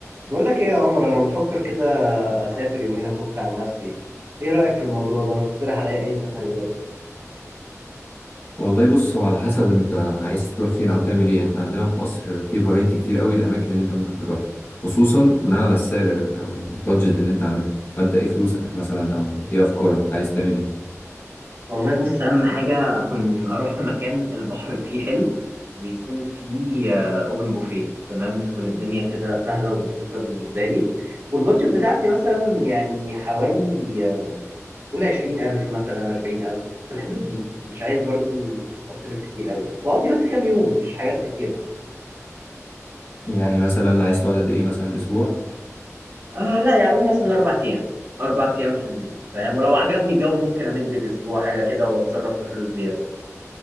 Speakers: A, on the right (about 55°); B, on the left (about 45°).
A: بقول لك ايه يا عمر انا بفكر كده اسافر يومين افك عن نفسي ايه رايك في الموضوع ده ما تقترح عليا اي سفريات
B: والله بص هو على حسب انت عايز تروح فين او تعمل ايه احنا عندنا في مصر في فرايتي كتير قوي الاماكن اللي انت ممكن تروح خصوصا بناء على السعر او البادجت اللي انت عاملها فانت ايه فلوسك مثلا او ايه افكارك عايز تعمل ايه
A: والله بص اهم حاجه اكون اروح في مكان البحر فيه حلو ويكون فيه اوبن بوفيه تمام تكون الدنيا كده سهله وبسيطه بالنسبه لي والبادجت بتاعتي مثلا يعني حوالي آه، قول عشرين الف مثلا اربعين الف في الحدود دي مش عايز برضو اصرف كتير قوي واقضي بس كام يوم مش حاجات كتيره
B: يعني مثلا عايز تقعد قد ايه مثلا اسبوع
A: آه لا يعني اقول مثلا اربع ايام اربع ايام حلوين فاهم ولو عجبني الجو ممكن امد الاسبوع حاجه كده واتصرف في فلوس زياده